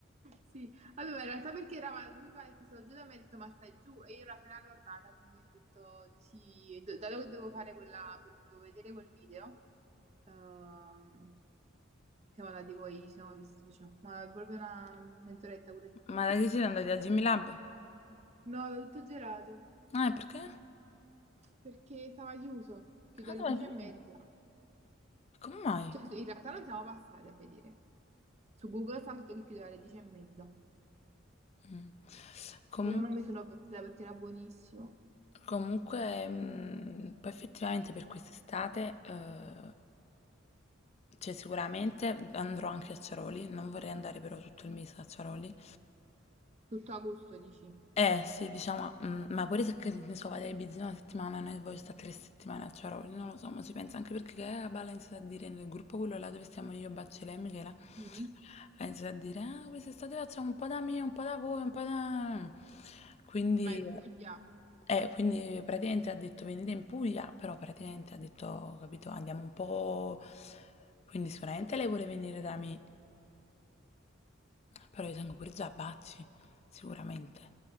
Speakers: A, on the right; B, on the left.
A: Sì, allora in realtà perché eravamo, mi pare, questo oggi da me ha detto ma stai giù e io ero appena tornata quindi ho detto di sì, e Do- dato che devo fare quella, quel- devo vedere quel video, ehm, siamo andati poi, ci siamo visti, diciamo, ma proprio una mezz'oretta pure di più.
B: Ma da che siete andati a Jimmy Lab?
A: No, l'ho tutto gelato
B: Ah, e perché?
A: perché stava chiuso, chiude
B: Ah,
A: alle
B: dove
A: dieci e mezza,
B: Come mai?
A: cioè sì, in realtà non siamo passati a vedere, su Google stava scritto che chiudeva alle dieci e mezza,
B: Mm. Comunque...
A: però non mi sono pentita perché era buonissimo,
B: Comunque, mh, poi effettivamente per quest'estate, eh, cioè sicuramente andrò anche a Ciaroli, non vorrei andare però tutto il mese a Ciaroli,
A: tutto a gusto, dici.
B: eh sì, diciamo, mm, ma pure se che ne so, vado a Ibiza una settimana, non è che voglio stare tre settimane a Ciaroli, non lo so, ma si pensa anche perché che la balla ha iniziato a dire nel gruppo quello là dove stiamo io, Baccele e lei, Michela,
A: Mm?
B: ha iniziato a dire, ah, quest'estate facciamo un po' da me, un po' da voi, un po' da... Quindi,
A: Ma in Puglia?
B: eh, quindi praticamente ha detto venite in Puglia, però praticamente ha detto, capito, andiamo un po'... Quindi sicuramente lei vuole venire da me, però io tengo pure Giabacci, sicuramente.